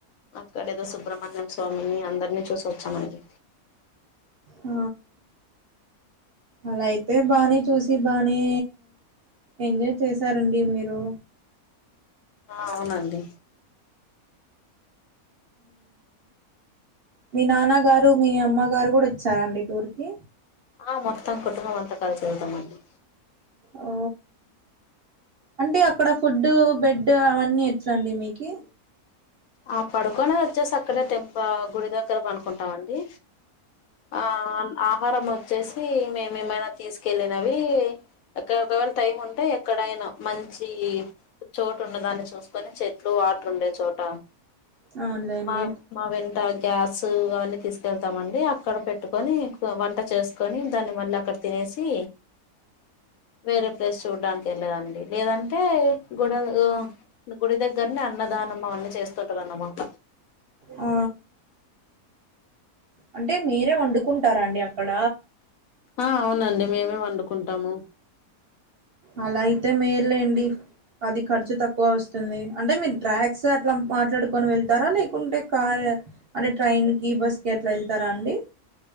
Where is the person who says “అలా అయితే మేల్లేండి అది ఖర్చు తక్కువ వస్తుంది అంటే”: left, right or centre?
Right